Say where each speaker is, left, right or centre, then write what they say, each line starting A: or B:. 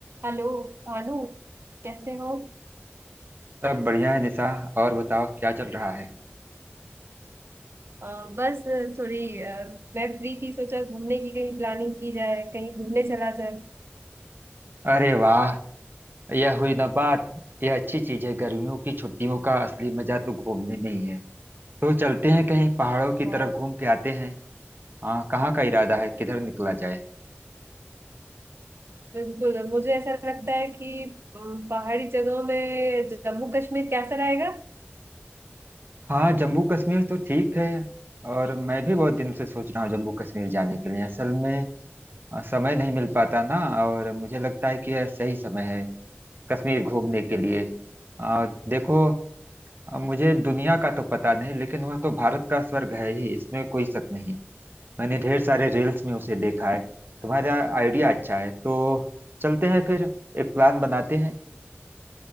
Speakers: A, on the right; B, on the right.
A: हेलो भानु कैसे हो
B: सब बढ़िया है निशा और बताओ क्या चल रहा है
A: अ, बस थोड़ी अ, मैं फ्री थी सोचा घूमने की कहीं प्लानिंग की जाए कहीं घूमने चला जाए
B: अरे वाह यह हुई ना बात यह अच्छी चीज है गर्मियों की छुट्टियों का असली मजा तो घूमने में ही है तो चलते हैं कहीं पहाड़ों की
A: अ,
B: तरफ घूम के आते हैं हाँ कहाँ का इरादा है किधर निकला जाए
A: बिल्कुल मुझे ऐसा लगता है कि अम, पहाड़ी जगहों में जम्मू कश्मीर कैसा रहेगा
B: हाँ जम्मू कश्मीर तो ठीक है और मैं भी बहुत दिन से सोच रहा हूँ जम्मू कश्मीर जाने के लिए असल में अ, समय नहीं मिल पाता ना और मुझे लगता है कि यह सही समय है कश्मीर घूमने के लिए अ, देखो अब मुझे दुनिया का तो पता नहीं लेकिन वह तो भारत का स्वर्ग है ही इसमें कोई शक नहीं मैंने ढेर सारे रील्स में उसे देखा है तुम्हारा आइडिया अच्छा है तो चलते हैं फिर एक प्लान बनाते हैं